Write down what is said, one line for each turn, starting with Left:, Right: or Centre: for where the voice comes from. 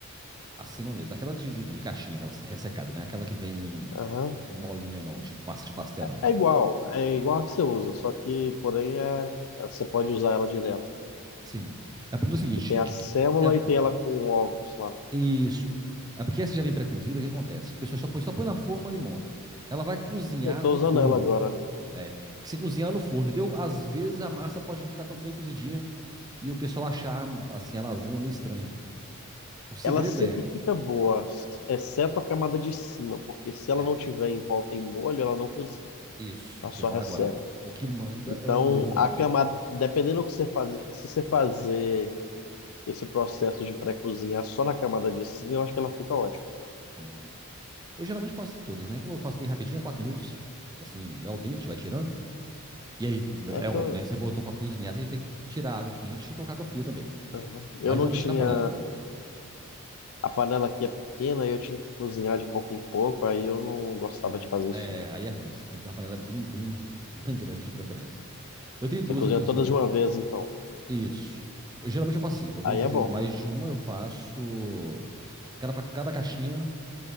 Right: acima mesmo, aquela de, de, de caixinha, aquela ressecada, né? Aquela que vem
Left: Aham.
Right: molinha não, tipo massa de pastel não.
Left: É igual, é igual a que você usa, só que, porém, é... é- você pode usar ela direto. né?
Right: Sim. É porque é o seguinte,
Left: Que tem a
Right: que-
Left: sêmola
Right: que- é
Left: e tem ela com ovos lá.
Right: isso. É porque essa já vem pré-cozida, o que acontece? A pessoa só põe, só põe na forma e monta. Ela vai cozinhar
Left: Eu tô
Right: no
Left: usando
Right: forno.
Left: ela agora.
Right: É, porque você cozinha ela no forno, entendeu? Às vezes a massa pode não ficar tão bem cozidinha e o pessoal achar assim a lasanha meio estranho. O segredo
Left: ela sempre
Right: é,
Left: fica boa, exceto a camada de cima, porque se ela
Right: é
Left: não tiver em volta em molho, ela não cozinha,
Right: isso,
Left: ela
Right: que
Left: só
Right: eu ia falar
Left: resseca.
Right: agora. O que manda
Left: Então,
Right: é o molho
Left: a
Right: lá.
Left: camada, dependendo do que você faz, se você fazer esse processo de pré-cozinhar só na camada de cima, eu acho que ela fica ótima.
Right: Hum. Eu geralmente faço todas, né? Como eu faço bem rapidinho, é 4 minutos, assim, é ao dente, vai tirando. E aí,
Left: É
Right: é
Left: que
Right: óbvio,
Left: eu,
Right: né? Que você botou pra cozinhar, você tem que tirar a água quente e colocar água fria também.
Left: aham.
Right: Mas
Left: eu não
Right: não
Left: tinha,
Right: deixe na panela.
Left: a panela aqui é pequena, eu tinha que cozinhar de pouco em pouco, aí eu não gostava
Right: Hum,
Left: de fazer isso
Right: é,
Left: não.
Right: aí é ruim. Você tem que ter uma panela bem, bem, bem grande de preferência. Eu tenho duas,
Left: Você cozinha
Right: eu cozinho,
Left: todas
Right: né?
Left: de uma vez, então.
Right: Isso. Eu, geralmente eu faço assim. Eu
Left: Aí
Right: vou fazer
Left: é bom.
Right: mais de uma, eu faço cada para cada caixinha